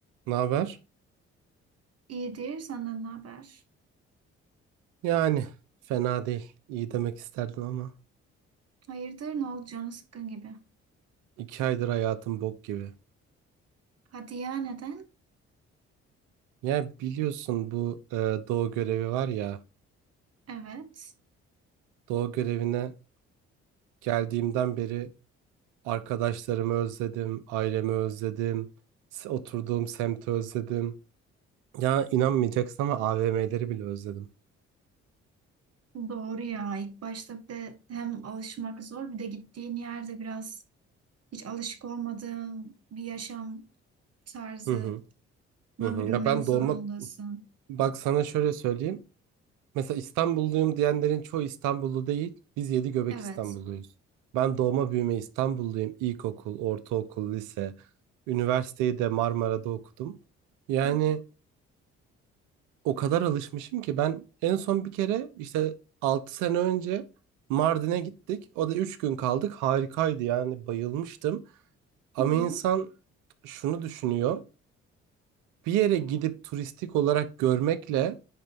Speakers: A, on the right; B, on the right.
A: Ne haber?
B: İyidir, senden ne haber?
A: Yani fena değil. İyi demek isterdim ama
B: Hayırdır, ne oldu canı sıkkın gibi.
A: iki aydır hayatım bok gibi.
B: Hadi ya, neden?
A: Ya biliyorsun bu e, doğu görevi var ya.
B: Evet,
A: Doğu görevine geldiğimden beri arkadaşlarımı özledim, ailemi özledim, s- oturduğum semti özledim. Ya inanmayacaksın ama AVM'leri bile özledim.
B: doğru ya. ilk başta bir de hem alışmak zor, bir de gittiğin yerde biraz hiç alışık olmadığın bir yaşam tarzına
A: Hı hı, hı hı.
B: bürünmek
A: Ya ben
B: zorundasın.
A: doğma bak sana şöyle söyleyeyim. Mesela İstanbulluyum diyenlerin çoğu İstanbullu değil. Biz yedi göbek
B: Evet.
A: İstanbulluyuz. Ben doğma büyüme İstanbulluyum. İlkokul, ortaokul, lise, üniversiteyi de Marmara'da okudum. Yani
B: Hı hı.
A: o kadar alışmışım ki ben en son bir kere işte 6 sene önce Mardin'e gittik. O da 3 gün kaldık. Harikaydı yani bayılmıştım. Ama
B: Hı hı.
A: insan şunu düşünüyor. Bir yere gidip turistik olarak görmekle